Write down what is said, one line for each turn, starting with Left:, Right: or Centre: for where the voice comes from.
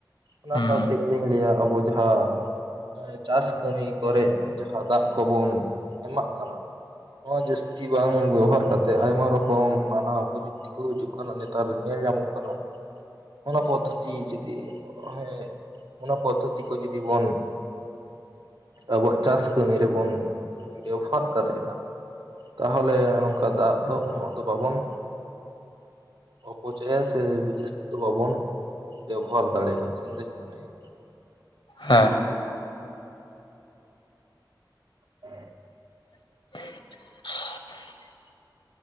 Right: ᱚᱱᱟ
Left: ᱦᱩᱸ
Right: ᱥᱟᱶᱛᱮ ᱤᱧᱫᱩᱧ ᱞᱟᱹᱭ ᱟ ᱟᱵᱚ ᱡᱟᱦᱟᱸ ᱪᱟᱥ ᱠᱟᱹᱢᱤ ᱠᱚᱨᱮᱜ ᱡᱟᱦᱟᱸ ᱫᱟᱜ ᱠᱚᱵᱚᱱ ᱮᱢᱟᱜ ᱠᱟᱱᱟ ᱾ ᱱᱚᱣᱟ ᱡᱟᱹᱥᱛᱤ ᱵᱟᱝ ᱵᱮᱵᱚᱦᱟᱨ ᱠᱟᱛᱮᱜ ᱟᱭᱢᱟ ᱨᱚᱠᱚᱢ ᱱᱟᱱᱟ ᱯᱚᱫᱷᱚᱛᱤ ᱠᱚ ᱦᱤᱡᱩᱜ ᱠᱟᱱᱟ ᱱᱮᱛᱟᱨ ᱧᱮᱞ ᱧᱟᱢᱚᱜ ᱠᱟᱱᱟ ᱾ ᱚᱱᱟ ᱯᱚᱫᱽᱫᱷᱚᱛᱤ ᱡᱩᱫᱤ ᱦᱮᱸ ᱚᱱᱟ ᱯᱚᱫᱽᱫᱚᱛᱤ ᱡᱩᱫᱤ ᱵᱚᱱ ᱟᱵᱚᱣᱟᱜ ᱪᱟᱥ ᱠᱟᱹᱢᱤ ᱨᱮ ᱵᱚᱱ ᱵᱮᱵᱚᱦᱟᱨ ᱫᱟᱲᱮᱭᱟᱜᱼᱟ ᱛᱟᱦᱚᱞᱮ ᱱᱚᱝᱠᱟ ᱫᱟᱜ ᱫᱚ ᱩᱱᱟᱹᱜ ᱫᱚ ᱵᱟᱵᱚᱱ ᱚᱯᱪᱚᱭ ᱥᱮ ᱵᱮᱡᱤᱥᱛᱤᱛᱚ ᱞᱚᱵᱚᱱ ᱵᱮᱵᱚᱦᱟᱨ ᱫᱟᱲᱮᱭᱟᱜᱼᱟ ᱤᱧᱫᱩᱧ ᱢᱚᱱᱮᱭᱟ
Left: ᱦᱮᱸ
Right: ᱦᱮᱭ
Left: <inaudible>